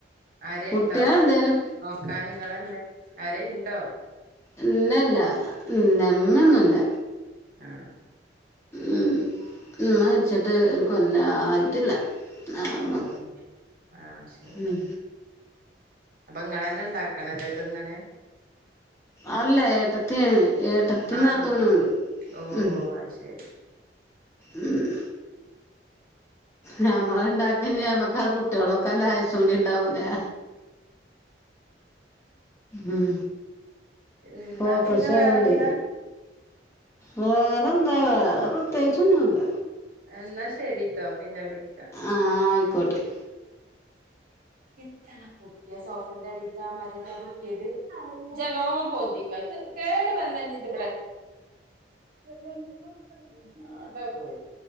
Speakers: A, on the right (about 55°); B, on the left (about 15°).
A: ആരേലുമുണ്ടോ
B: കുട്ടികൾ എന്തേലും
A: നോക്കാൻ നിങ്ങളെ തന്നെ ആരേലുമുണ്ടോ
B: ഇല്ലില്ല ഇല്ല അമ്മയൊന്നുമില്ല
A: ആഹ്
B: ഉം ഉമ്മ മരിച്ചിട്ട് ഒരു കൊല്ലം ആയിട്ടില്ല ഒന്നാവണ്
A: ഓ ആഹ് ശരി
B: ഉം
A: അപ്പൊ ഇങ്ങള് തന്നെ ഉണ്ടാക്കണമല്ലേ ഇതിങ്ങനെ
B: അല്ല ഏട്ടത്തി ഏട്ടത്തിയും
A: ആഹ്
B: നാത്തൂനും ഉണ്ട്
A: ഓ
B: ഉം
A: ഓ അത് ശരി
B: ഉം ഞമ്മള് ഉണ്ടാക്കി കഴിഞ്ഞാൽ ഞമ്മക്കാ കുട്ടികളേ നോക്കാൻ ആയുസ് കൂടിയുണ്ടാവൂല്ലേ ഉം
A: എന്നാ
B: ഓ
A: പിന്നെ
B: പ്രഷറുണ്ട്
A: വേറെന്താ
B: വേറെ ന്താ വേറെ പ്രത്യേകിച്ചൊന്നുമില്ല
A: എന്നാ ശരിയിട്ടോ പിന്നെ വിളിക്കാം
B: ആഹ് ആയിക്കോട്ടെ
A: എത്തണം കുട്ടിയാ സോഫാന്റെ അടിയിലത്തെ ആ മരമല്ലേ പൊട്ടിയത് ജലോ പൊന്തിക്ക കേട് വന്ന് കഴിഞ്ഞിട്ട് ഉം അതാ പോയത്